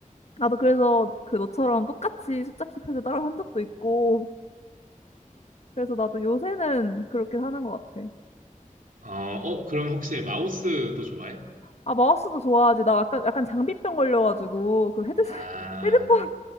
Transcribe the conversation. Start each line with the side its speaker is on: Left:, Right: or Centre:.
Left: 나도 그래서 그 너처럼 똑같이 숫자 키패드 따로 한 적도 있고, 그래서 나도 요새는 그렇게 사는 것 같아.
Right: 어, 어, 그럼 혹시 마우스도 좋아해?
Left: 아, 마우스도 좋아하지. 나 약간, 약간 장비병 걸려가지고, 그 헤드셋,
Right: 아,
Left: <laughs> 헤드폰